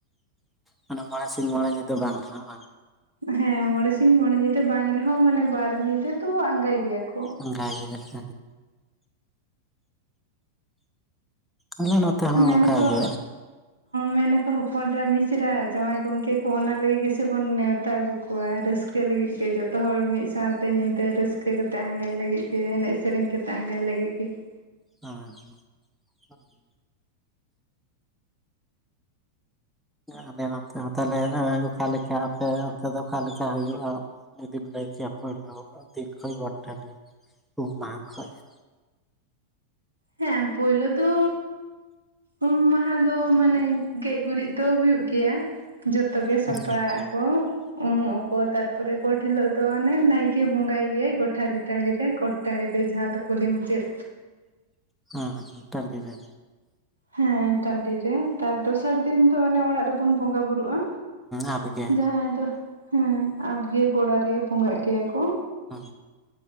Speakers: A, in the centre; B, on the right (about 85°).
A: ᱚ ᱢᱟᱱᱮ ᱢᱚᱬᱮ ᱥᱤᱧ ᱢᱚᱬᱮ ᱧᱤᱫᱟᱹ ᱵᱟᱝ ᱦᱮ ᱵᱟᱝ
B: ᱦᱮᱸ ᱢᱚᱬᱮ ᱥᱤᱧ ᱢᱚᱬᱮ ᱧᱤᱫᱟᱹ ᱵᱟᱝ ᱨᱮᱦᱚᱸ ᱢᱟᱱᱮ ᱵᱟᱨ ᱧᱤᱫᱟᱹ ᱫᱚ ᱟᱸᱜᱟᱭ ᱜᱮᱭᱟ ᱠᱚ ᱾
A: ᱟᱸᱜᱟᱭ ᱜᱮᱭᱟ ᱠᱚ ᱟᱞᱮ ᱱᱚᱛᱮ ᱦᱚᱸ
B: ᱢᱮᱱᱟᱠᱚ
A: ᱚᱱᱠᱟᱜᱮ
B: ᱢᱮᱱᱟᱠᱚ ᱦᱚᱯᱚᱱᱨᱟ ᱢᱤᱥᱨᱟ ᱡᱟᱶᱟᱭ ᱜᱚᱝᱠᱮ ᱠᱚ ᱚᱱᱟ ᱞᱟᱹᱜᱤᱫ ᱜᱮ ᱛᱮᱵᱚᱱ ᱱᱮᱶᱛᱟ ᱟᱹᱜᱩ ᱠᱚᱣᱟ ᱨᱟᱹᱥᱠᱟᱹ ᱞᱟᱹᱜᱤᱫ ᱜᱮ ᱡᱚᱛ ᱡᱚᱛᱚ ᱦᱚᱲ ᱢᱤᱫ ᱥᱟᱶᱛᱮ ᱧᱤᱫᱟᱹ ᱨᱟᱹᱥᱠᱟᱹ ᱠᱟᱛᱮ ᱟᱸᱜᱟᱭ ᱞᱟᱹᱜᱤᱫ ᱜᱮ ᱮᱱᱮᱡ ᱥᱮᱨᱮᱧ ᱠᱟᱛᱮᱜ ᱟᱸᱜᱟᱭ ᱞᱟᱹᱜᱤᱫ ᱜᱮ ᱾
A: ᱚ ᱦᱮ ᱟᱞᱮ ᱱᱚᱛᱮ ᱦᱚᱸ ᱛᱟᱞᱮ ᱚᱠᱟᱞᱮᱠᱟ ᱟᱯᱮ ᱚᱱᱛᱮ ᱫᱚ ᱚᱠᱟᱞᱮᱠᱟ ᱦᱩᱭᱩᱜᱼᱟ? ᱡᱩᱫᱤᱢ ᱞᱟᱹᱭ ᱠᱮᱭᱟ ᱯᱳᱭᱞᱳ ᱫᱤᱱ ᱠᱷᱚᱡ ᱜᱚᱴ ᱴᱷᱟᱞᱮ ᱩᱢ ᱢᱟᱦᱟ ᱠᱷᱚᱡ ᱾
B: ᱦᱮᱸ ᱯᱳᱭᱞᱳ ᱫᱚ ᱩᱢ ᱢᱟᱦᱟ ᱫᱚ ᱢᱟᱱᱮ ᱜᱮᱡ ᱜᱩᱨᱤᱡ ᱫᱚ ᱦᱩᱭᱩᱜ ᱜᱮᱭᱟ ᱡᱚᱛᱚ ᱜᱮ
A: ᱦᱮᱸ
B: ᱥᱟᱯᱟ ᱠᱚ ᱩᱢᱩᱜ ᱟᱠᱚ ᱛᱟᱨᱯᱚᱨᱮ ᱜᱚᱴ ᱦᱤᱞᱚᱜ ᱫᱚ ᱟᱱᱮ ᱱᱟᱭᱠᱮ ᱵᱚᱸᱜᱟᱭ ᱜᱮᱭᱟᱭ ᱜᱚᱴᱟᱨᱤ ᱴᱟᱺᱰᱤ ᱨᱮ ᱜᱚᱴ ᱴᱟᱺᱰᱤ ᱨᱮ ᱡᱟᱦᱟᱸ ᱫᱚ ᱠᱩᱞᱤ ᱢᱩᱪᱟᱹᱫ
A: ᱦᱩᱸ ᱴᱟᱺᱰᱤ ᱨᱮ
B: ᱦᱮᱸ ᱴᱟᱸᱰᱤ ᱨᱮ ᱛᱟᱨ ᱫᱚᱥᱟᱨ ᱫᱤᱱ ᱫᱚ ᱚᱱᱮ ᱚᱲᱟᱜ ᱨᱮᱵᱚᱱ ᱵᱚᱸᱜᱟ ᱵᱩᱨᱩᱜ-ᱟ
A: ᱟᱯᱜᱮ
B: ᱡᱟᱦᱟᱸᱭ ᱫᱚ ᱦᱮᱸ ᱟᱵᱜᱮ ᱜᱚᱲᱟ ᱨᱮ ᱵᱚᱸᱜᱟᱜ ᱜᱮᱭᱟ ᱠᱚ
A: ᱚ